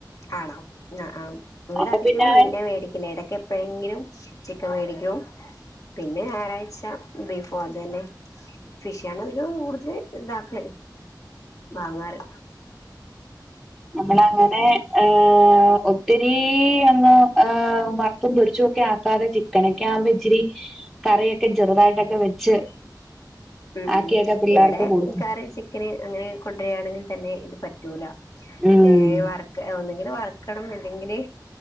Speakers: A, on the left (about 50°); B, in the centre.
A: ആണോ ആഹ് ആഹ് ഇവിട
B: അപ്പൊ
A: അധികം
B: പിന്നെ
A: മീന മേടി ക്കുന്നത് എടക്ക് എപ്പോഴെങ്കിലും ചിക്കൻ വേടിക്കും പിന്നെ ഞായറാഴ്ച ബീഫും അത് തന്നെ ഫിഷ് ആണ് അതിലും കൂടുതൽ ഇതാക്ക
B: ഉം
A: വാങ്ങാറ്
B: നമ്മള് അങ്ങനെ ആഹ് ഒത്തിരി അങ്ങ് ആഹ് വർ ത്തും പൊരിച്ചൊക്കെ ആക്കാതെ ചിക്കനൊക്കെ ആവ്മ്പം ഇച്ചിരി കറിയൊക്കെ ചെറുതായിട്ടൊക്കെ വെച്ച്
A: ഉം
B: ആക്കിയൊക്കെ
A: ഉം
B: പിള്ളേർക്ക്
A: ഇവിടെ
B: കൊടുക്കും
A: കറി ചി ക്കന് അങ്ങനെ കൊണ്ടെരാണെങ്കി തന്നെ ഇത് പറ്റൂല
B: ഉം
A: ഏഹ് വറക്ക് ഒന്നെങ്കിൽ വർ ക്കണം അല്ലെങ്കില്